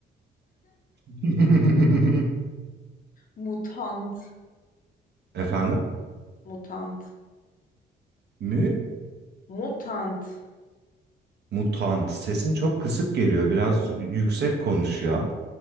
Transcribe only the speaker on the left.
Mutant.
Mutant.
Mutant.